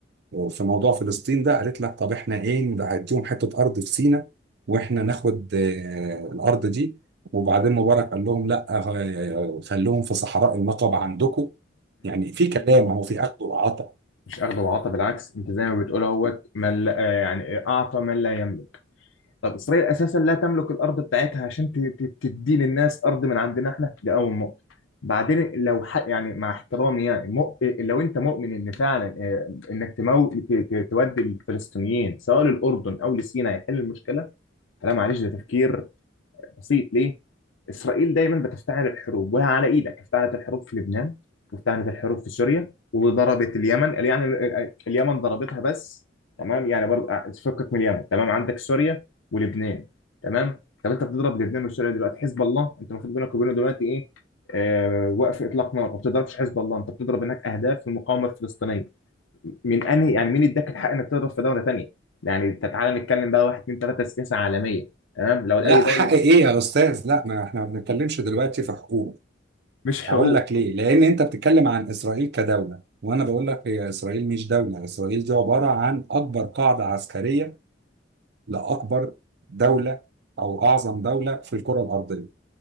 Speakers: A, on the right; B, on the left.
A: في موضوع فلسطين ده قالت لك طب احنا ايه نديهم حته ارض في سيناء واحنا ناخد آه، الارض دي وبعدين مبارك قال لهم لا آه، خلوهم في صحراء النقب عندكم يعني في كلام اهو في اخذ وعطاء
B: مش اخده وعطى بالعكس انت زي ما بتقول اهوت من لا آه، يعني اعطى من لا يملك طب اسرائيل اساسا لا تملك الارض بتاعتها عشان ت- ت- تدي للناس ارض من عندنا احنا دي اول نقطه بعدين لو ح... يعني مع احترامي يعني مؤ... لو انت مؤمن ان فعلا آه، انك تمو... ت... ت... تودي الفلسطينيين سواء للاردن او لسيناء يحل المشكله لا معلش ده تفكير بسيط ليه؟ اسرائيل دايما بتفتعل الحروب وهي على ايدك افتعلت الحروب في لبنان وافتعلت الحروب في سوريا وضربت اليمن يعني ال- ال- اليمن ضربتها بس تمام يعني برضه آه، فكك من اليمن تمام عندك سوريا ولبنان تمام طب انت بتضرب لبنان وسوريا دلوقتي حزب الله انت المفروض بينك وبينه دلوقتي ايه آه وقف اطلاق نار ما بتضربش حزب الله انت بتضرب هناك اهداف في المقاومه الفلسطينيه من انهي يعني مين اداك الحق انك تضرب في دوله تانيه يعني تعالى نتكلم بقى واحد اتنين تلاته سياسه عالميه تمام لو
A: لا
B: اي دوله
A: حق ايه يا استاذ لا ما احنا ما بنتكلمش دلوقتي في حقوق
B: مش حقوق
A: هقول لك ليه لان انت بتتكلم عن اسرائيل كدوله وانا بقول لك هي اسرائيل مش دوله اسرائيل دي عباره عن اكبر قاعده عسكريه لاكبر دوله او اعظم دوله في الكره الارضيه